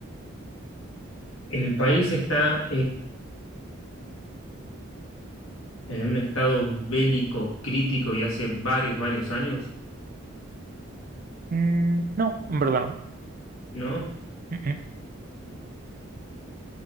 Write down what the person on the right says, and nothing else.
Mm, no, en verdad no.
Mm, mm.